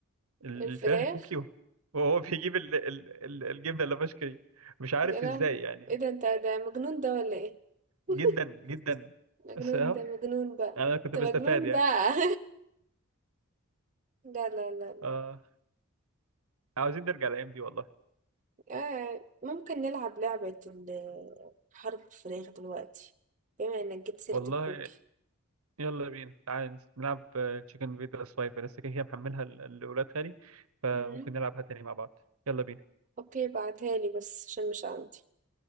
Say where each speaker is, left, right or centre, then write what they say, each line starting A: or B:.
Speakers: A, on the right (about 75°); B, on the right (about 35°).
A: ال-
B: الفراخ
A: الفراخ الكوكي وهو بيجيب ال... ال... ال- الجبنه اللافش دي مش عارف
B: يا لهوي.
A: ازاي يعني
B: ايه ده انت ده مجنون ده ولا ايه <laughs>
A: جدا جدا
B: مجنون
A: بس اه
B: ده مجنون بقى
A: انا كنت
B: انت
A: بستفاد
B: مجنون
A: يعني
B: بقى <laughs> لا لا لا لا
A: آه عاوزين نرجع الايام دي والله
B: آه، ممكن نلعب لعبة ال- حرب الفراخ دلوقتي بما انك جبت سيرة
A: والله
B: الكوكي
A: يلا بينا تعالى نس- نلعب تشيكن فيتا سلايفر لسه كده كده محملها لاولاد خالي فممكن
B: مم.
A: نلعبها تاني مع بعض يلا بينا
B: اوكي بعتها لي بس عشان مش عندي